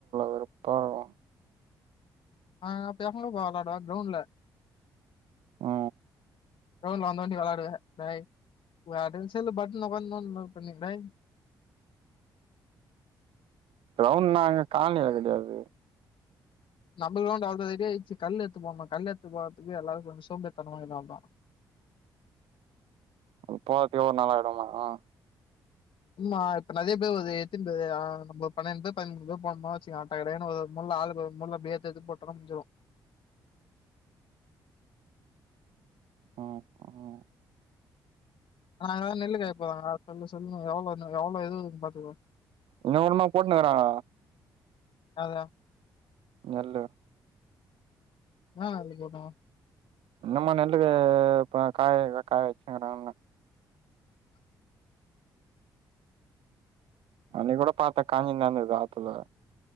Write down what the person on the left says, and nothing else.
ஆ பெசங்ளு ப்ப வெளாட்றா கிரௌண்ட்ல
கிரௌண்ட்ல வெளாண்டா தா நீ வெளாடுவ டேய் ஒ அட்றசெல்ல பட்ன ஒக்காந்து நோண்ணுருப்ப‌நீ டேய்
நம்ம கிரௌண்ட் ஆல்ரெடி ரெடியாச்சி கல்லு எத்து போனுமா கல்லு எத்து போறதுக்கு எல்லாருக்கு வந்து சோம்பேறித்தனமா இர்க்காம்டா
ம்மா இப்ப நறைய பேர் வர்து எத்தின் பேரு ஆ நம்போ பன்ணென் பேர் பதிமூண் பேர் போனமா வச்சுக்க டகடகனு ஒரு முள்ள ஆளுக்கு ஒரு முள்ள இப்டியே எத்தெத்து போட்டோனா முஞ்சுரு
நாங்கதா நெல்லு காய போதாங்க சொல்லு சொல்லுனு எவ்ளோ எவ்ளோ இது வருதுனு பாத்துக்கோ
அதா
என்னா நெல்லு போட்டாங்க